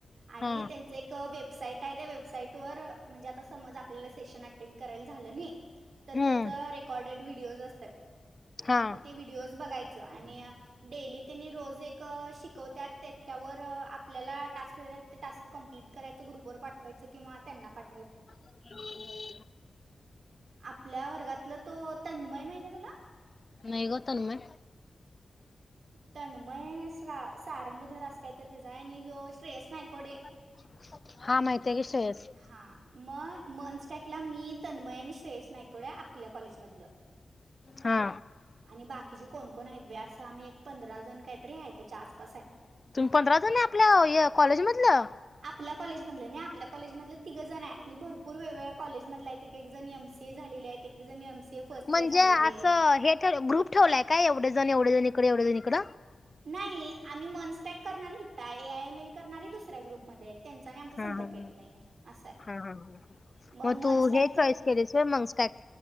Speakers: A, on the right; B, on the left.
A: आणि
B: हा
A: त्यांचं एक वेब साईट आहे त्या वेबसाईट वर म्हणजे आता समज आपल्याला सेशन अटेंड करायला झालं नाही तर
B: हम्म
A: त्याच रेकॉर्डेड व्हिडिओज असतात
B: हा
A: मग ते व्हिडिओज बघाय आणि डेली त्यांनी रोज एक शिकवव्यात त्याच्यावर आपल्याला टास्क देतात ते टास् कम्प्लीट करायचं ग्रुपवर पाठवायचं किंवा त्यांना पाठव
B: <unintelligible>
A: आपल्या वर्गातलं तो तन्मय माहित आहे तुला
B: नाही ग तन्मय
A: तन्मय सा सारंगधरस काय तर त्याचा आहे आणि होय श्रेयस नायकोडे
B: <unintelligible> माहिती आहे की श्रेयस
A: हा म मनस्टॅकला मी तन्मय आणि श्रेयस नायकोड आपल्या कॉलेजमधलं
B: हा.
A: आणि बाकीचे कोण कोण आहेत बे असं आम्ही एक पंधरा जण काहीतरी आहे त्याच्या आसपास आहे.
B: तुम्ही पंधरा जण आहे आपल्या कॉलेज मधलं
A: आपल्या कॉलेजमधले नाही आपल्या कॉलेजमधलं तिघं जण आहे आणि भरूर वेगवेगळ्या कॉलेमधल आहेत एक जण एम सीए झालेले आहेत एक जण एमसीए फर्स्ट
B: म्हणजे
A: इयर झालेले
B: असं
A: आहेत.
B: हे ठेव ग्रुप ठेवलाय काय एवढे जण एवढे जणी इकड एवढे इकड
A: नाही आम्ही मैंनस्टॅक करणार हीता ए आय एम एल करणारी दुसऱ्या ग्रुपमध्ये आहेत त्यांचा आमचा संपर्क
B: हा हा हा
A: येत नाही असा
B: हा हा हा
A: मग मॉन्स्टा
B: तू हे
A: टाईप कर
B: चॉईस केलीस होय मग स्टॅक